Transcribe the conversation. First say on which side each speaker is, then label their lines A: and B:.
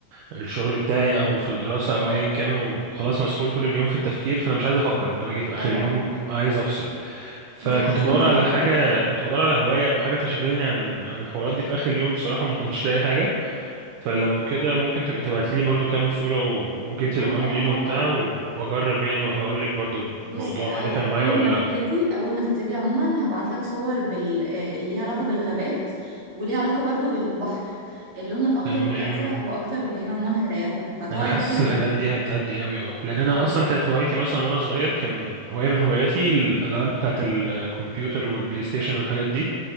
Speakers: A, on the right (about 75°); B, on the right (about 40°).
A: الشغل بتاعي او في الدراسة او ايا كان وخلاص مسحول طول اليوم في التفكير فانا مش عايز افكر انا باجي في
B: اه
A: اخر اليوم
B: اه
A: عايز افصل فكنت
B: دي احسن
A: بدور
B: طريقة
A: على حاجة
B: بجد
A: كنت بدور على هواية او حاجة تشغلني عن عن الحوارات دي في اخر اليوم بصراحة ما كنتش لاقي حاجة فلو كده ممكن تبقي تبعتي لي برضو كام صورة و- وجبتي
B: اه
A: الألوان
B: اه
A: منين
B: طبعا
A: وبتاع و- وأجرب يعني وهقول لك برضو
B: بص
A: الموضوع
B: أو
A: نفع معايا
B: اول
A: ولا
B: ما
A: لأ
B: تبتدي اول ما تبتدي عموما هبعت لك صور بال... آه، اللي ليها علاقه بالغابات وليها علاقه برضو بالبحر اللون الاخضر
A: تمام
B: والازرق هو اكتر لونين عموما هيريحوك فتقعد
A: أنا حاسس
B: بقى تجمد
A: الحاجات دي هتهدي أوي أه لأن أنا
B: اه
A: أصلا كانت هوايتي مثلا وأنا صغير كان هواية من هواياتي الألعاب بتاعة الكمبيوتر والبلاي ستيشن والحاجات دي